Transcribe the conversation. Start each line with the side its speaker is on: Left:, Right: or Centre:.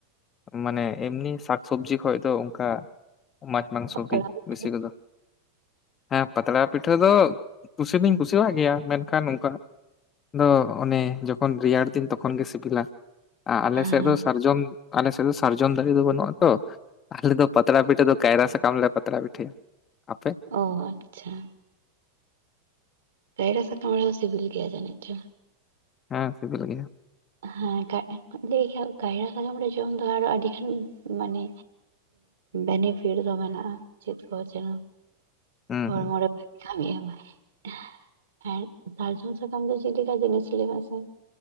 Left: ᱢᱟᱱᱮ ᱮᱢᱱᱤ ᱥᱟᱠᱥᱚᱵᱡᱤ ᱠᱷᱚᱡ ᱫᱚ ᱚᱱᱠᱟ ᱢᱟᱡᱽ ᱢᱟᱝᱥᱚ
Right: ᱯᱟᱛᱲᱟ
Left: ᱜᱮ
Right: ᱯᱤᱴᱷᱟᱹ
Left: ᱵᱮᱥᱤ ᱠᱚᱫᱚ ᱦᱮᱸ ᱯᱟᱛᱲᱟ ᱯᱤᱴᱷᱟᱹ ᱫᱚ ᱠᱩᱥᱤ ᱫᱩᱧ ᱠᱩᱥᱤᱭᱟᱜ ᱜᱮᱭᱟ ᱢᱮᱱᱠᱷᱟᱱ ᱚᱱᱠᱟᱱᱟᱜ᱾ ᱫᱚ ᱚᱱᱮ ᱡᱚᱠᱷᱚᱱ ᱨᱮᱭᱟᱲ ᱛᱤᱧ ᱛᱚᱠᱷᱚᱱ ᱜᱮ ᱥᱤᱵᱤᱞᱟ ᱟᱨ ᱟᱞᱮ
Right: ᱦᱮᱸ
Left: ᱥᱮᱫ ᱫᱚ ᱥᱟᱨᱡᱚᱢ ᱟᱞᱮ ᱥᱮᱫ ᱫᱚ ᱥᱟᱨᱡᱚᱢ ᱫᱟᱨᱮ ᱫᱚ ᱵᱟᱹᱱᱩᱜᱼᱟ᱾ ᱛᱚ ᱟᱞᱮ ᱫᱚ ᱯᱟᱛᱲᱟ ᱯᱤᱴᱷᱟᱹ ᱫᱚ ᱠᱟᱭᱨᱟ ᱥᱟᱠᱟᱢ ᱞᱮ ᱯᱟᱛᱲᱟ ᱯᱤᱴᱷᱟᱹᱭᱟ᱾ ᱟᱯᱮ
Right: ᱚ ᱟᱪᱪᱷᱟ ᱠᱟᱭᱨᱟ ᱥᱟᱠᱟᱢ ᱦᱚᱸ ᱥᱤᱵᱤᱞ ᱜᱮᱭᱟ ᱡᱟᱹᱱᱤᱡ ᱪᱚ?
Left: ᱦᱮᱸ ᱥᱮᱵᱤᱞ ᱜᱮᱭᱟ᱾
Right: ᱦᱮᱸ ᱞᱟᱹᱭ ᱠᱟᱭᱨᱟ ᱥᱟᱠᱟᱢ ᱨᱮ ᱡᱚᱢ ᱫᱚ ᱟᱨᱚ ᱟᱹᱰᱤᱜᱟᱱ ᱢᱟᱱᱮ ᱵᱮᱱᱤᱯᱷᱤᱴ ᱫᱚ ᱢᱮᱱᱟᱜᱼᱟ᱾ ᱪᱮᱫ ᱠᱚ ᱢᱮᱱᱟᱜ
Left: ᱦᱩᱸ
Right: ᱦᱚᱲᱢᱚ
Left: ᱦᱩᱸ
Right: ᱨᱮ ᱵᱷᱟᱜᱮ ᱠᱷᱟᱢᱵᱟᱭ ᱟᱨᱸ ᱥᱟᱨᱡᱚᱢ ᱥᱟᱠᱟᱢ ᱫᱚ ᱪᱮᱫ ᱞᱮᱠᱟ ᱡᱤᱱᱤᱥ ᱞᱟᱜᱟᱜ ᱟ᱾